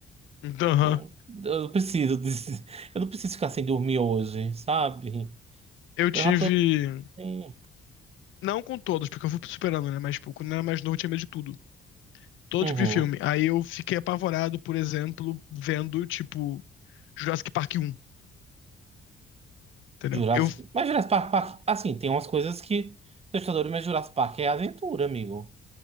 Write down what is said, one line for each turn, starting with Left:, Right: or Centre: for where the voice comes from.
Left: Então, aham.
Right: Não- Eu não preciso, disso. <laughs> eu não preciso ficar sem dormir hoje, sabe?
Left: eu
Right: Eu
Left: tive.
Right: já tô. Sim.
Left: Não com todos, porque eu fui superando, né? Mas, tipo, quando eu era mais novo, eu tinha medo de tudo. Todo
Right: Uhum.
Left: tipo de filme. Aí eu fiquei apavorado, por exemplo, vendo, tipo, Jurassic Park 1. Entendeu?
Right: Jurassic...
Left: Eu,
Right: Mas Jurassic Park, Park- assim, tem umas coisas que... Assustador, mas Jurassic Park é aventura, amigo.